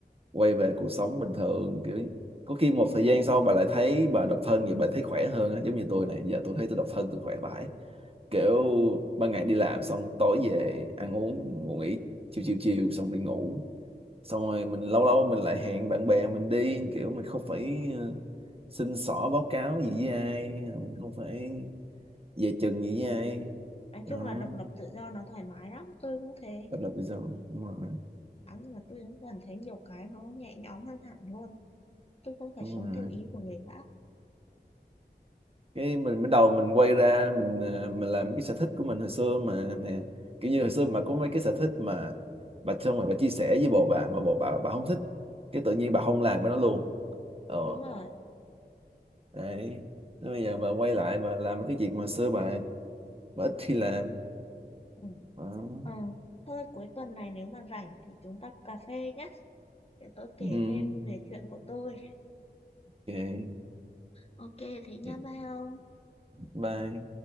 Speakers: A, on the right; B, on the left.
A: quay về cuộc sống bình thường kiểu có khi một thời gian sau bà lại thấy bà độc thân vậy bà thấy khỏe hơn á giống như tôi này giờ tôi thấy tôi độc thân tôi khỏe vãi kiểu ban ngày đi làm xong tối về ăn uống ngủ nghỉ chiều chiều chiều xong đi ngủ xong rồi mình lâu lâu mình lại hẹn bạn bè mình đi kiểu mình không phải ờ, xin xỏ báo cáo gì với ai ờ, mình không phải về chừng gì với ai
B: nói
A: đó
B: chung là độc lập tự do nó thoải mái lắm tôi cũng thế
A: độc lập tự do đúng rồi
B: à, nhưng mà tôi cũng cảm thấy nhiều cái nó nhẹ nhõm hơn hẳn luôn tôi không phải
A: đúng
B: sống
A: rồi
B: theo ý của người khác
A: cái mình bắt đầu mình quay ra mình ờ, mình làm mấy cái sở thích của mình hồi xưa mà nè kiểu như hồi xưa mà có mấy cái sở thích mà bà xong rồi bà chia sẻ với bồ bà mà bồ bà bà không thích cái tự nhiên bà không làm cái đó luôn ờ
B: đúng rồi
A: đấy Thế bây giờ bà quay lại bà làm mấy cái việc mà xưa bà bà ít khi làm
B: ừ.
A: đó.
B: Ờ. thôi cuối tuần này nếu mà rảnh thì chúng ta cà phê nhé để tôi kể
A: Ừ,
B: thêm về chuyện của tôi
A: ok
B: ok thế nha
A: Dạ,
B: bye ông
A: bye